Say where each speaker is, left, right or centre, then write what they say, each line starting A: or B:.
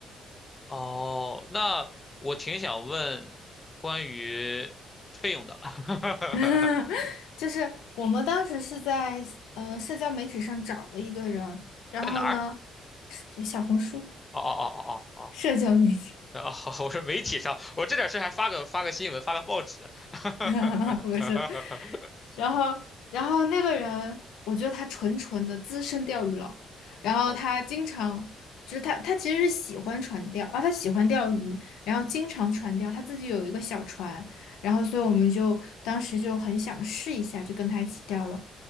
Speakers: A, on the left; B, on the left.
A: 哦，那我挺想问关于费用的，<laughs>
B: <laughs> 就是我们当时是在呃社交媒体上找的一个人，然后呢，
A: 在哪儿？
B: 是就小红书
A: 哦哦哦哦哦
B: 社交媒体，
A: 哦，哦，<laughs> 我说媒体上，我这点事还发个发个新闻，发个报纸。<laughs>
B: <laughs> 不是，然后然后那个人，我觉得他纯纯的资深钓鱼佬，然后他经常就是他他其实是喜欢船钓啊，
A: 哦
B: 他喜欢钓鱼，然后经常船钓，他自己有一个小船，然后所以我们就当时就很想试一下，就跟他一起钓了。